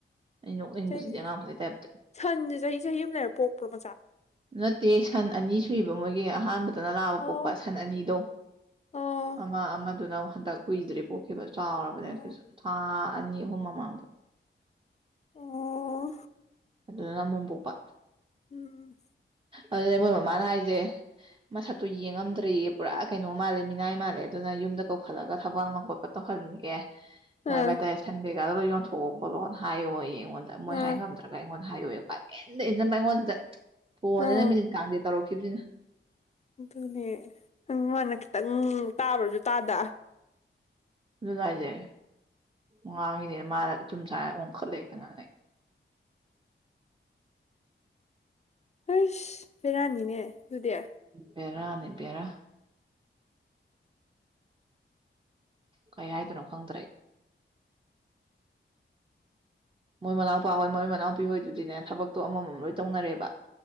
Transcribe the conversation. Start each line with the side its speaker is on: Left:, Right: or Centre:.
Right: ꯑꯩ ꯅꯣꯛꯅꯤꯡꯕꯁꯤꯗꯤ
Left: ꯍꯤ ꯍꯤ
Right: ꯑꯉꯥꯡ ꯃꯈꯩ ꯇꯥꯏꯞꯇ
Left: ꯁꯟꯖꯦ ꯆꯍꯤ ꯆꯍꯤ ꯑꯃ ꯂꯩꯔ ꯄꯣꯛ ꯄ꯭ꯔꯣ ꯃꯆꯥ <unintelligible>
Right: ꯅꯠꯇꯦ ꯁꯟ ꯑꯅꯤ ꯁꯨꯏꯕ ꯃꯣꯏꯒꯤ ꯑꯍꯥꯟꯕ ꯑꯗ ꯂꯥꯕ
Left: ꯑꯣ
Right: ꯄꯣꯛꯄ ꯁꯟ ꯑꯅꯤꯗꯣ
Left: ꯑꯣ
Right: ꯑꯃ ꯑꯃꯗꯨꯅ ꯍꯟꯗꯛ ꯀꯨꯏꯗ꯭ꯔꯤ ꯄꯣꯛꯈꯤꯕ ꯆꯥꯎꯔꯕꯅꯦ
Left: ꯑꯣ
Right: ꯑꯗꯨꯁꯨ ꯊꯥ ꯑꯅꯤ ꯑꯍꯨꯝ ꯃꯃꯥꯡꯗ
Left: ꯑꯣ
Right: ꯑꯗꯨꯗꯅ ꯑꯃꯣꯝ ꯄꯣꯛꯄ
Left: ꯎꯝ ꯎꯝ
Right: ꯑꯗꯨꯅꯦ ꯃꯣꯏ ꯃꯃꯥꯅ ꯍꯥꯏꯖꯦ ꯃꯁꯛꯇꯣ ꯌꯦꯡꯉꯝꯗ꯭ꯔꯦꯌꯦ ꯄꯨꯔꯥ ꯀꯩꯅꯣ ꯃꯥꯜꯂꯦ ꯃꯤꯅꯥꯏ ꯃꯥꯜꯂꯦ ꯑꯗꯨꯅ ꯌꯨꯝ ꯀꯧꯈꯠꯂꯒ ꯊꯕꯛ ꯑꯃ ꯈꯣꯠꯄ ꯇꯧꯍꯟꯒꯦ
Left: ꯑꯥ
Right: ꯍꯥꯏꯕ ꯍꯥꯏ ꯇꯔꯦ ꯁꯟꯕꯤ <unintelligible> ꯗꯥꯍꯣꯏ ꯌꯣꯟꯊꯣꯛꯑꯣ ꯈꯣꯠꯂꯣꯅ ꯍꯥꯏꯌꯣꯌꯦ ꯑꯩꯉꯣꯟꯗ ꯃꯣꯏ
Left: ꯑꯥ
Right: ꯍꯥꯏ ꯉꯝꯗ꯭ꯔꯒ ꯑꯩꯉꯣꯟꯗ ꯍꯥꯏꯌꯣꯌꯦ ꯄꯛ ꯏꯟꯗ ꯏꯟꯖꯟꯕ ꯑꯩꯉꯣꯟꯁꯤꯗ ꯐꯣꯟꯖꯤꯅ
Left: ꯑꯥ
Right: ꯃꯤꯅꯤꯠ ꯀꯥꯡꯗꯦ ꯇꯧꯔꯛꯈꯤꯕꯁꯤꯅ
Left: ꯑꯗꯨꯅꯦ ꯅꯪꯃꯅ ꯈꯤꯇꯪ ꯇꯥꯕ꯭ꯔꯁꯨ ꯇꯥꯗ
Right: ꯑꯗꯨꯅꯦ ꯍꯥꯏꯁꯦ ꯉꯥꯡꯉꯤꯅꯤꯅ ꯃꯥꯅ ꯑꯆꯨꯝ ꯁꯥꯔꯒ ꯑꯣꯟꯈꯠꯂ ꯍꯦꯛꯇ ꯉꯥꯡꯉꯩ
Left: ꯑꯁ ꯕꯦꯔꯥꯅꯤꯅꯦ ꯑꯗꯨꯗꯤ
Right: ꯕꯦꯔꯥꯅꯦ ꯕꯦꯔꯥ ꯀꯩ ꯍꯥꯏꯗꯣꯅꯣ ꯈꯪꯗ꯭ꯔꯦ ꯑꯩ ꯃꯣꯏ ꯃꯅꯥꯎꯄꯥ ꯍꯣꯏ ꯃꯣꯏ ꯃꯅꯥꯎꯄꯤꯪ ꯍꯣꯏꯗꯨꯗꯤꯅꯦ ꯊꯕꯛ ꯇꯣ ꯑꯃꯃꯝ ꯂꯣꯏ ꯇꯧꯅꯔꯦꯕ